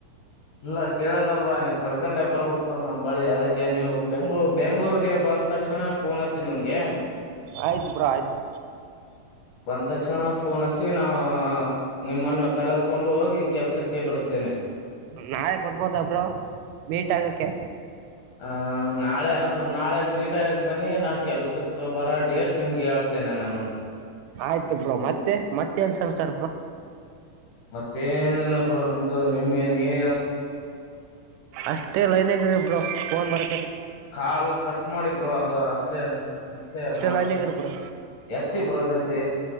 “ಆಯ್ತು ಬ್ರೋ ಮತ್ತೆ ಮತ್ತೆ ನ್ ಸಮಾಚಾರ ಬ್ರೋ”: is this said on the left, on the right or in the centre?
Right